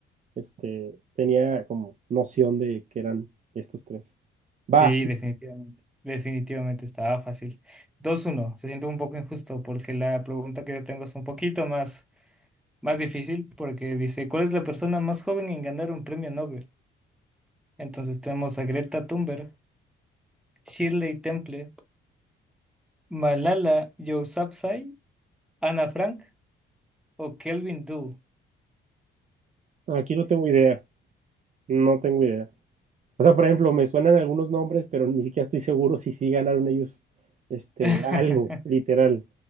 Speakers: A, on the right; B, in the centre.
A: este, tenía como noción de que eran estos tres. Va.
B: Sí, definitivamente. Definitivamente estaba fácil. Dos uno. Se siente un poco injusto porque la pregunta que yo tengo es un poquito más, más difícil porque dice, ¿cuál es la persona más joven en ganar un premio Nobel? Entonces tenemos a Greta Thunberg, Shirley Temple, Malala Yousafzai, Ana Frank o Kelvin Doo.
A: Aquí no tengo idea, no tengo idea. O sea, por ejemplo, me suenan algunos nombres, pero ni siquiera estoy seguro si sí ganaron ellos este,
B: <laughs>
A: algo, literal.